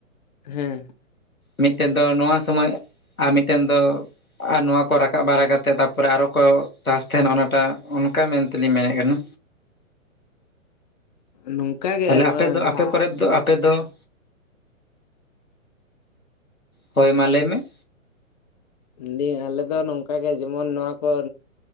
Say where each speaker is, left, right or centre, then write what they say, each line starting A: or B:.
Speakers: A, on the left; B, on the left.
A: ᱦᱮᱸ
B: ᱢᱤᱫᱴᱮᱱ ᱫᱚ ᱱᱚᱣᱟ ᱥᱚᱢᱚᱭ ᱟᱨ ᱢᱤᱫᱴᱮᱱ ᱫᱚ ᱟᱨ ᱱᱚᱣᱟ ᱠᱚ ᱨᱟᱠᱟᱵ ᱵᱟᱲᱟ ᱠᱟᱛᱮᱫ ᱛᱟᱯᱚᱨᱮ ᱟᱨᱚ ᱠᱚ ᱪᱟᱥ ᱛᱟᱦᱮᱱᱟ ᱚᱱᱟᱴᱟᱜ ᱚᱱᱠᱟ ᱢᱮᱱᱛᱮ ᱛᱮᱞᱤᱧ ᱢᱮᱱᱮᱫ ᱠᱟᱱᱟ᱾
A: ᱱᱚᱝᱠᱟ ᱜᱮ
B: ᱛᱟᱦᱚᱞᱮ
A: ᱱᱚᱣᱟ
B: ᱟᱯᱮ ᱫᱚ ᱟᱯᱮ
A: ᱡᱟᱦᱟᱸ
B: ᱠᱚᱨᱮᱫ ᱫᱚ ᱟᱯᱮ ᱫᱚ ᱦᱳᱭ ᱢᱟ ᱞᱟᱹᱭ ᱢᱮ᱾
A: ᱢᱮᱱᱫᱤᱧ ᱟᱞᱮ ᱫᱚ ᱱᱚᱝᱠᱟ ᱜᱮ ᱡᱮᱢᱚᱱ ᱱᱚᱣᱟ ᱠᱚ